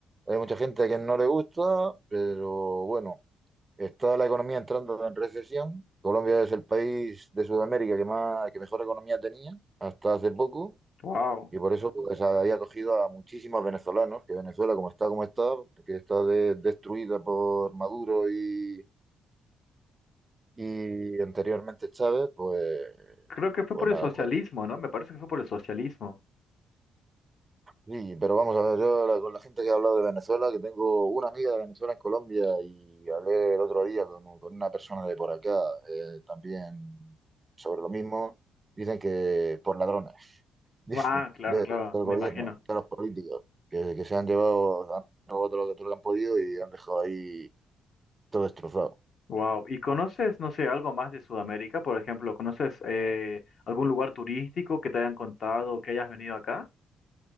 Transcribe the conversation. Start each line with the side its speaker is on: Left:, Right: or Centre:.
Right: hay mucha gente que no le gusta, pero bueno, está la economía entrando en recesión. Colombia es el país de Sudamérica que más, que mejor economía tenía hasta hace poco
Left: Wow.
Right: y por eso pues, había acogido a muchísimos venezolanos, que Venezuela como está, como está, que está de- destruida por Maduro y, y anteriormente Chávez, pues,
Left: Creo que fue
Right: pues
Left: por el
Right: nada.
Left: socialismo, ¿no? Me parece que fue por el socialismo.
Right: Sí, pero vamos a ver, yo la- con la gente que he hablado de Venezuela, que tengo una amiga de Venezuela en Colombia y hablé el otro día con, con una persona de por acá eh, también sobre lo mismo, dicen que por ladrones, <laughs> dicen,
Left: Ah, claro,
Right: de- del
Left: claro, me
Right: gobierno,
Left: imagino.
Right: de los políticos, que, que se han llevado, han robado todo lo que, todo lo que han podido y han dejado ahí todo destrozado.
Left: Wow. ¿Y conoces, no sé, algo más de Sudamérica? Por ejemplo, ¿conoces eh, algún lugar turístico que te hayan contado que hayas venido acá?